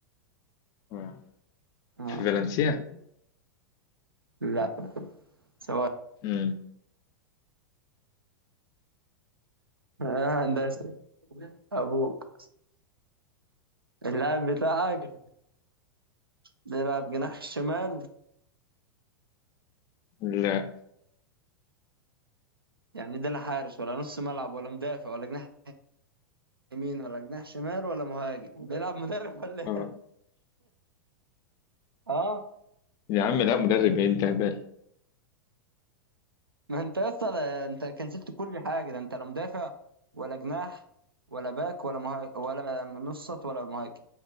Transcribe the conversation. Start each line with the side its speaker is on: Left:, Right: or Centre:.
Left: آه.
Right: اه
Left: في فالنسيا
Right: لا سواء
Left: مم.
Right: آه، هندسة أبوك اللاعب بتاعك بيلعب جناح شمال
Left: لا
Right: يعني ده لا حارس ولا نص ملعب ولا مدافع ولا جناح يمين ولا جناح شمال ولا مهاجم بيلعب مدرب ولا
Left: آه.
Right: إيه؟ اه
Left: يا عم لا مدرب إيه، انت هبال
Right: ما انت يا اسطى انت كنسلت كل حاجه ده انت لا مدافع ولا جناح ولا باك ولا مهاجم ولا نص خط ولا مهاجم